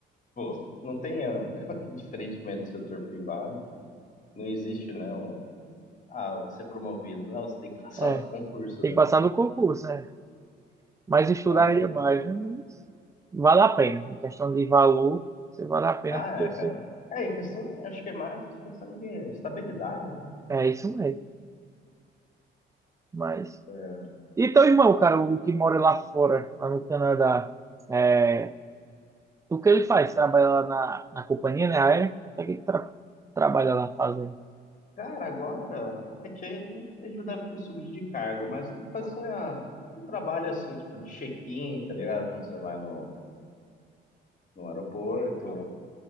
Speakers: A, on the left (about 40°); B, on the right (about 15°).
A: pô, não tem, ah, <laughs> diferentemente do setor privado, não existe, né, um, ah, você é promovido, não, você tem que passar
B: É,
A: no concurso,
B: tem
A: né?
B: que passar no concurso, é. Mas estudaria
A: Mas,
B: mais, né? Mas vale a pena. Em questão de valor, você vale a pena
A: ah,
B: porque
A: é, cara,
B: você.
A: é, e questão, acho que é mais questão de estabilidade, né?
B: É isso mesmo. Mas.
A: é,
B: E teu irmão, cara, o que mora lá fora, lá no Canadá, é... o que ele faz? Trabalha lá na, na companhia, né? Aérea? O que é que ele tra- trabalha lá fazendo?
A: Cara, agora é que ele já deve ter subido de cargo, mas ele fazia um trabalho assim, tipo, de check-in, tá ligado? Quando você vai no, no aeroporto,